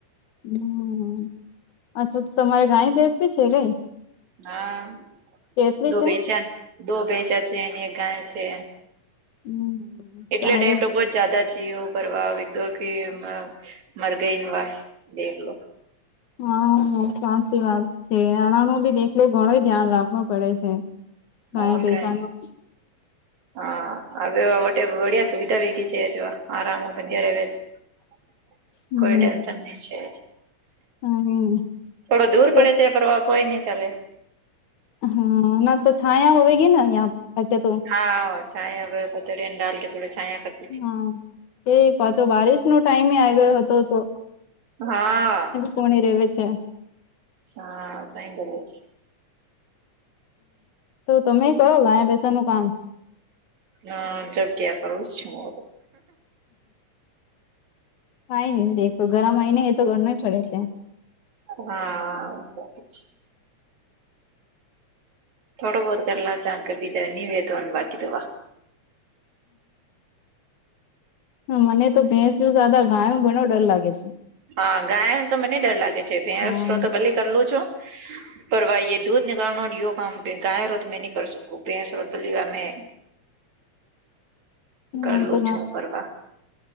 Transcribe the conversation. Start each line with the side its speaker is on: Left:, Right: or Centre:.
Left: હમ અચ્છા તો તમારે ગાય ભેસ વી છે કઈ,
Right: હા
Left: કેટલી
Right: દો
Left: છે
Right: ભેંચ્યા દો ભેંચ્યા છેને એક ગાય છે.
Left: હમ
Right: એટલે
Left: સારું
Right: ટાઈમ તો બહત જાદા છી ઓ પરરવા અબે, ગ કે વ મર ગઈ ન વા દેખલો,
Left: હા સાચી વાત છે અનાણા નો ભી દેખલો ઘણોઈ ધ્યાન રાખણો પડે છે. ગાય
Right: ઔર કઈ,
Left: ભેસાનું
Right: હા હવે વા વટે બડિયા સુવિધા વેગી છે જો વા આરામુ બદ્ ર્યા રેવે છે. <inaudible>
Left: હમ
Right: કોઈ ટેન્શન નહી છે
Left: હમ
Right: થોડો દૂર
Left: તો
Right: પડે છે પરવા, કોઈની ચાલે.
Left: હા ના તો છાયા હોવે ગી ને યા ખચે તો,
Right: હા છાયા પતડીયાને ડાલ કે થોડી છાયા કર,
Left: હા એક પાછો બારિશ નો ટાઈમે આઈ ગયો હતો તો,
Right: હા,
Left: કોણી રહેવે છે.
Right: સા સાઈં કેવે છે.
Left: તો તમે કરો ગાયા ભૈસા નું કામ.
Right: હા જબ ક્યાં કરું છું ઓ,
Left: કાઈ ની દેખ ઘર માંઆવીને હૈ તો કર નો ઇ પડે છે.
Right: હા સાચી, થોડા બહુત કર લ ચા કભી તો ની વે તોવાનું બાકી ત વા.
Left: મને તો ભેંસુ જ્યાદા ગાયુ ઘણો ડર લાગે છે.
Right: હા ગાય ન તો મને ડર લાગે છે ભેસો
Left: હા
Right: રો તો ભલે કરલું છું. પર વા યે દૂધ નિકાલના યો કામ ગાય રો ધ મેં ની કર સકુ. ઉ ભૈસ રોત ભલી વા મૈ કરલું
Left: મને તો
Right: છું પરવા,